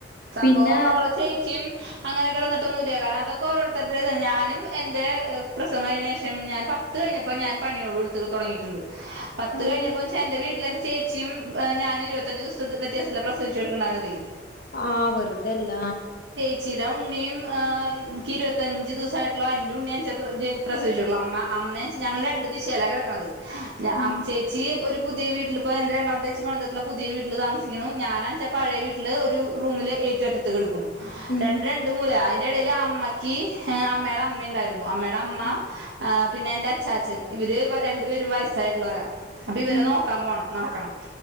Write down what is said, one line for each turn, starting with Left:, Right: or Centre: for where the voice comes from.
Right: സംഭവം
Left: പിന്നെ
Right: അവളുടെ ചേച്ചീയും അങ്ങനെ കിടന്നുട്ടൊന്നുല്ല്യ കാരണം അതൊക്കെ ഓരോരുത്തരുടേതാ ഞാനും എന്റെ പ്രസവം കൈഞ്ഞതിനു ശേഷം ഞാൻ പത്തു കൈയിഞ്ഞപ്പോ ഞാൻ പണികളൊക്കെയേടുത്തൂ തുടങ്ങിയിട്ടുണ്ട് പത്തു
Left: അതെ
Right: കൈഞ്ഞപ്പോചാ എന്റെ വീട്ടിലെന്റെ ചേച്ചിയും ഞാനും ഇരുപത്തിയഞ്ചു ദിവസം വ്യത്യാസത്തിലാ പ്രസവിച്ചു കിടക്കണതേ
Left: ആ വെറുതെല്ല
Right: ചിയുടെ ഉണ്ണിയും എനിക്ക് ഇരുപത്തിയഞ്ചു ദിവസം ആയിട്ടുള്ള എന്റെ ഉണ്ണിയും പ്രസവിച്ചു അമ്മ അമ്മേം അച്ഛൻ ഞങ്ങൾ രണ്ട് ദിശയിലാ കിടക്കണത് ന
Left: ഉം
Right: അം ചേച്ചി ഒരു പുതിയ വീട്ടില് എന്റെ രണ്ടാമത്തേച്ചീ പണിതിട്ടുള്ള പുതിയ വീട്ടില് താമസിക്കുന്നു ഞാൻ വാങ്ങിച്ച പഴയ വീട്ടില് ഒരു റൂമില് ഏറ്റവും അറ്റത്തു കിടക്കുണു
Left: ഉം
Right: രണ്ടും രണ്ടു മൂല ഇതിന്റെടേലു അമ്മക് അമ്മേടെ അമ്മ ഇണ്ടാരുന്നു അമ്മേടെ അമ്മ
Left: ഉം
Right: ആഹ് പിന്നെ എന്റെ അച്ചാച്ചൻ ഇവർ രണ്ടു പേരും വയസായിട്ട് ഉള്ളവരാ അപ്പോ ഇവരെ
Left: ഉം
Right: നോക്കാൻ പോണം നടക്കണം